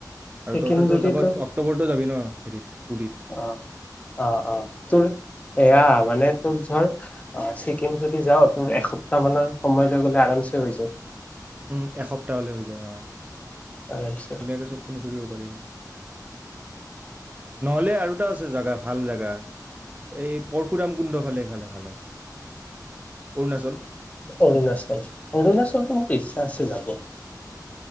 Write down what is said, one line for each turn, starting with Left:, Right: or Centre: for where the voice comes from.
Left: ছিকিম
Right: আৰু ততে
Left: যদি
Right: তপত
Left: তোৰ
Right: অক্টোবৰটো যাবি ন হেৰিত পুৰীত
Left: অ অ অ তোৰ এয়া মানে তোৰ ধৰ ছিকিম যদি যাও তোৰ এসপ্তাহ মানৰ সময়লৈ গলে আৰামছে হৈ যায়
Right: উম এসপ্তাহলে হৈ যায় অ
Left: আৰামছে
Right: ধুনীয়াকে চবখিনি ঘূৰিব পাৰি আৰু নহ'লে আৰুটা আছে জাগা ভাল জোগা এই পৰশুৰাম কুণ্ড ফালেফালে ভাল হয় অৰুণাচল
Left: অৰুণাচল অৰুণাচলতো মোৰ ইচ্ছা আছে যাব